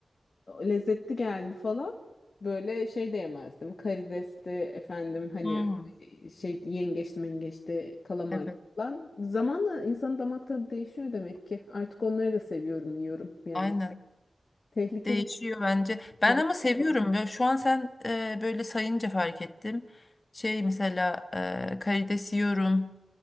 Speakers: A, on the left; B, on the left.
A: lezzetli geldi falan. Böyle şey de yemezdim, karidesti efendim hani
B: Hmm,
A: şey yengeçti mengeçti kalamardı
B: evet,
A: falan. Zamanla insanın damak tadı değişiyor demek ki. Artık onları da seviyorum, yiyorum yani.
B: aynen.
A: Tehlikeli
B: Değişiyor bence. Ben
A: <laughs>
B: ama seviyorum.
A: falan.
B: Ya Şu an sen e, böyle sayınca fark ettim. Şey mesela e, karides yiyorum.